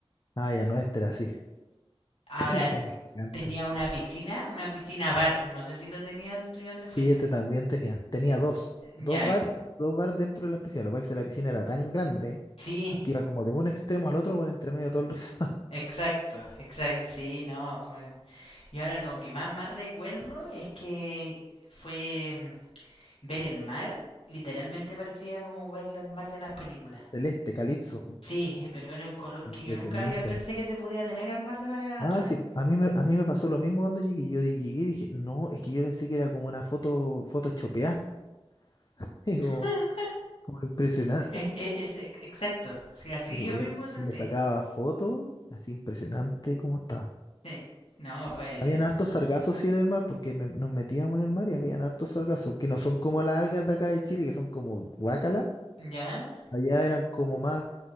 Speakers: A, on the left; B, on the left.
A: Ah, ya no, este era así. <laughs>
B: Ahora,
A: Sí, que era gigante.
B: tenía una piscina, una piscina bar, no sé si lo tenía el tuyo donde fuiste.
A: Sí, este también tenía. Tenía dos.
B: Ya,
A: Dos bar, dos bar dentro de la piscina. Lo que pasa es que la piscina era tan grande
B: sí,
A: que iba como de un extremo al otro por entre medio de todo el resort. <laughs>
B: exacto, exacto, sí, no, fue... Y ahora lo que más, más recuerdo es que fue mm, ver el mar. Literalmente parecía como ver el mar de las películas.
A: Celeste, calipso.
B: Sí, eh, pero era un color que
A: Impresionante.
B: yo nunca había pensé que se podía tener al mar de manera natural.
A: Ah, sí, a mí me, a mí me pasó lo mismo cuando llegué. Yo di- llegué y dije, no, es que yo pensé que era como una foto, foto chopeada. <laughs> Digo,
B: <laughs>
A: como impresionante,
B: Es, es- es ex- exacto. Sí, así
A: creer.
B: yo mismo sentí.
A: Y le sacaba fotos, así impresionante como estaba.
B: Sí. No, fue...
A: Habían hartos sargazos, sí, en el mar, porque me- nos metíamos en el mar y habían hartos sargazos, que no son como las algas de acá de Chile, que son como guácala.
B: Ya,
A: Allá eran como más,